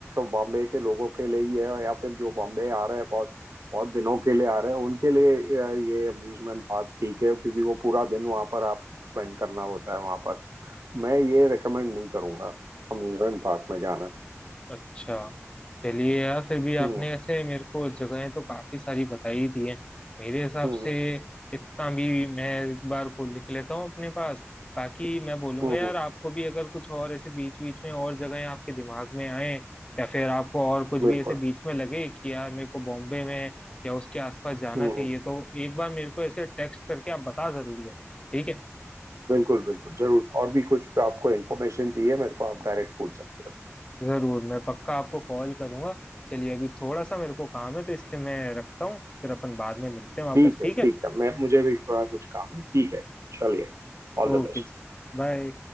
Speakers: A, on the right; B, on the left.
A: बॉम्बे के लोगों के लिए ही है या फिर जो बॉम्बे आ रहे हैं बहुत बहुत दिनों के लिए आ रहे हैं उनके लिए अ, ये अम्यूजमेंट पार्क ठीक है क्योंकि वो पूरा दिन वहां पर आप स्पेंड करना होता है वहां पर मैं ये रेकमेंड नहीं करूंगा अम्यूजमेंट पार्क में जाना
B: अच्छा चलिए यार फिर भी आपने
A: हम्म
B: ऐसे मेरे को जगहें तो काफी सारी बताई ही दी हैं मेरे हिसाब
A: हम्म
B: से
A: हम्म
B: इतना भी मैं एक बार को लिख लेता हूँ अपने पास ताकि मैं बोलूंगा
A: हम्म,
B: यार
A: हम्म,
B: आपको भी अगर कुछ और ऐसे बीच बीच में और जगहें आपके दिमाग में आए या फिर आपको और कुछ
A: बिल्कुल
B: भी ऐसे बीच में लगे कि यार मेरे को बॉम्बे में या उसके आसपास जाना
A: हम्म
B: चाहिए
A: हम्म,
B: तो एक बार मेरे को ऐसे टेक्स्ट करके आप बता जरूर देना ठीक है
A: बिल्कुल बिल्कुल जरूर और भी कुछ आपको इन्फॉर्मेशन चाहिए मेरे को आप डायरेक्ट पूछ सकते हो
B: जरूर मैं पक्का आपको कॉल करूंगा चलिए अभी थोड़ा सा मेरे को काम है तो इसलिए मैं रखता हूँ फिर अपन बाद में मिलते हैं वापस
A: ठीक
B: ठीक
A: है
B: है
A: ठीक है मैं मुझे भी थोड़ा कुछ काम है ठीक है चलिए All
B: ओके
A: the best
B: बाय